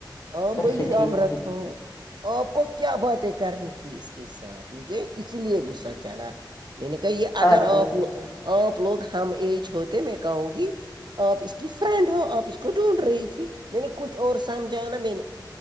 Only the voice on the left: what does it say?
اچھا
ٹھیک
ٹھیک
اچھا
اچھا